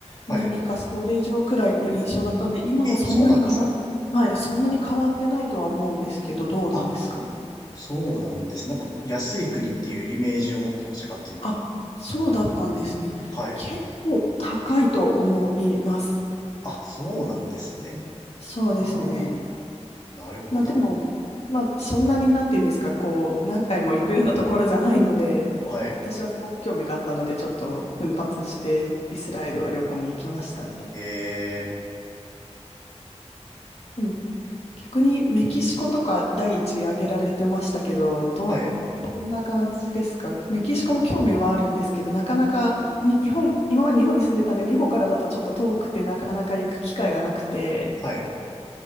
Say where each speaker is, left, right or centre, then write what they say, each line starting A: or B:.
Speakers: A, on the left; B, on the left.
A: はい。
B: 並みかそれ以上くらいの印象だったんで、今もそんなに変わっ、
A: え、そうなんですか
B: はい、そんなに変わってないとは思うんですけど、どうなんですかね。
A: あ、そうなんです。なんか安い国っていうイメージを持ってました、勝手に。
B: あ、そうだったんですね。
A: はい。
B: 結構高いと思います。
A: あ、そうなんですね。
B: そうですね。
A: ああ、なるほど。
B: まあでも、まあそんなになんて言うんですか、こう、何回も行くようなところじゃないので、
A: はい。
B: 私はすごく興味があったので、ちょっと奮発してイスラエルは旅行に行きましたね。
A: え
B: でも逆にメキシコとか第一位挙げられてましたけど、ど、
A: ー、はい、
B: どんな感じですかメキシコも興味はあるんですけど、なかなか日本、今まで日本に住んでたんで、日本からだとちょっと遠くてなかなか行く機会がなくて。
A: はい。